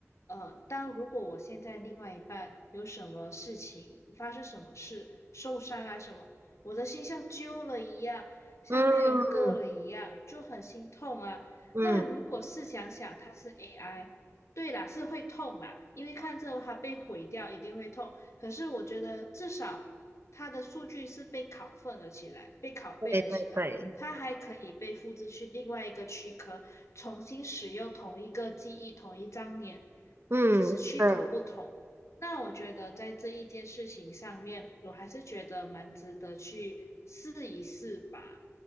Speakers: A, on the left; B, on the right.
A: 呃，当如果我现在另外一半有什么事情发生，什么事受伤啊什么，我的心像揪了一样，像被人割了一样，
B: 嗯
A: 就很心痛啊。
B: 嗯，
A: 那如果试想想，它是 AI，对啦，是会痛啦，因为看着它被毁掉一定会痛。可是我觉得至少它的数据是被拷份了起来，被拷贝了起来。
B: 对对对，
A: 它还可以被复制去另外一个躯壳，重新使用同一个记忆、同一张脸，
B: 嗯对，
A: 只是躯壳不同。那我觉得在这一件事情上面，我还是觉得蛮值得去试一试吧。